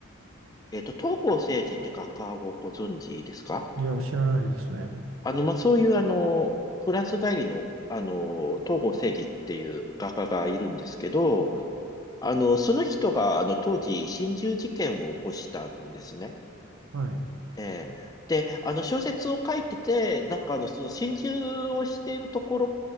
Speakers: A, on the left; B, on the right.
A: えっと、東郷政治って画家をご存知ですか
B: いや、知らないですね。
A: あの、まあ、そういう、あの、フランス帰りの、あの、東郷正治っていう画家がいるんですけど、あの、その人が、あの、当時、心中事件を起こしたんですね。
B: はい。
A: ええで、あの、小説を書いてて、なんか、あの、その心中をしているとこ